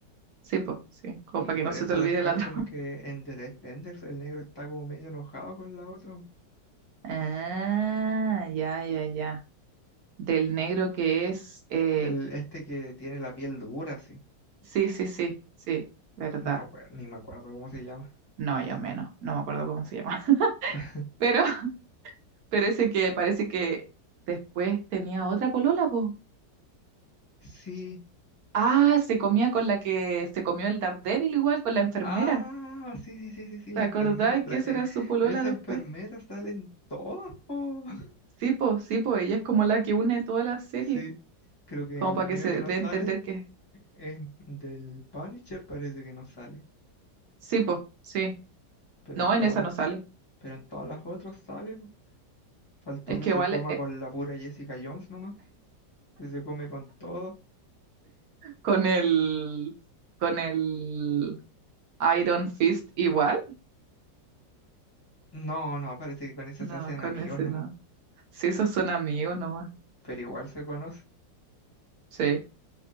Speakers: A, on the right; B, on the left.
A: sí, pues, sí, como
B: Y
A: para que
B: por
A: no se
B: eso
A: te olvide
B: después
A: la trama.
B: como que
A: <laughs>
B: en The Defenders el negro está como medio enojado con la otra.
A: Ah, ya, ya, ya. Del negro que es, eh,
B: El este que tiene la piel dura, así.
A: sí, sí, sí, sí, verdad.
B: No me acuerdo, ni me acuerdo cómo se llama.
A: No, yo menos, no me acuerdo cómo se llama. <laughs>
B: <laughs>
A: Pero, pero ese que parece que después tenía otra polola, pues.
B: Sí,
A: Ah, se comía con la que se comió el Daredevil igual, con la enfermera.
B: Ah, sí, sí, sí, sí, sí, la
A: ¿Te acordás
B: enfermera. la-
A: que esa
B: e-
A: era su polola
B: esa
A: después?
B: enfermera sale en todas, po. <laughs>
A: Sí, po, sí, po, ella es como la que une toda la serie,
B: Sí, creo que
A: como
B: la
A: para
B: única
A: que se
B: que no
A: dé
B: sale
A: a entender que...
B: es en- del Punisher, parece que no sale.
A: Sí, po, sí.
B: Pero
A: No,
B: en todas
A: en esa
B: las,
A: no sale.
B: pero en todas las otras sale, po. Faltó
A: Es
B: que
A: que
B: se
A: igual
B: coma
A: eh,
B: con la pura Jessica Jones nomás. Que se come con todo.
A: con el... con el Iron Fist igual.
B: No, no, parece que con esa
A: No,
B: se hacen
A: con
B: amigos
A: ese
B: nomás.
A: no. Sí, esos son amigos nomás.
B: Pero igual se conoce.
A: Sí,